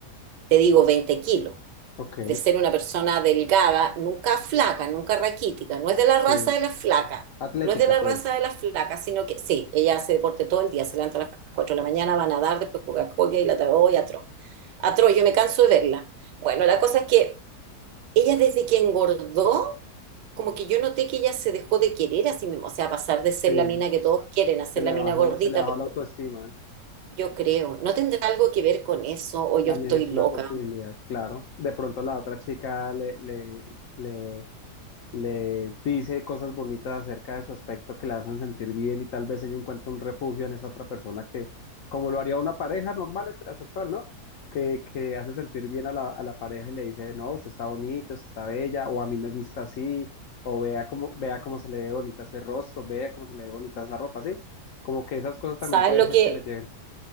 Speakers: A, on the right; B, on the left.
A: te digo, 20 kilos.
B: ok,
A: de ser una persona delgada, nunca flaca, nunca raquítica, no es de la
B: sí.
A: raza de las flacas,
B: Atlética,
A: no es de la
B: pues,
A: raza de las flacas, sino que sí, ella hace deporte todo el día, se levanta a las 4 de la mañana, va a nadar, después juega hockey y la tarde, y atro, atro, yo me canso de verla. Bueno, la cosa es que ella desde que engordó, como que yo noté que ella se dejó de querer a sí misma, o sea, pasar de
B: sí.
A: ser la mina que todos quieren a ser
B: Se le
A: la mina
B: bajó,
A: gordita,
B: se le bajó
A: pero
B: la autoestima.
A: yo creo, no tendrá algo que ver con eso o yo
B: También
A: estoy
B: es
A: loca.
B: una posibilidad, claro. De pronto la otra chica le, le, le le dice cosas bonitas acerca de su aspecto que la hacen sentir bien y tal vez ella encuentra un refugio en esa otra persona que, como lo haría una pareja normal heterosexual, ¿no? Que, que hace sentir bien a la, a la pareja y le dice, no, usted está bonita, usted está bella, o a mí me gusta así, o vea cómo, vea cómo se le ve bonita ese rostro, vea cómo se le ve bonita esa ropa, ¿sí? Como que esas cosas
A: ¿Sabes
B: también puede
A: lo
B: ser
A: que
B: que le lleven,